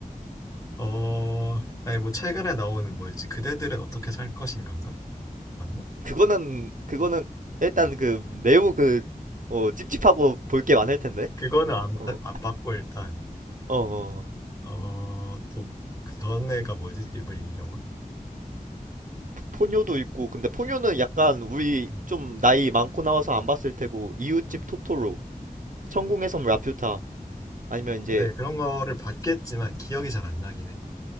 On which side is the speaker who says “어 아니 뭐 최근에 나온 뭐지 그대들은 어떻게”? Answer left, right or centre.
Left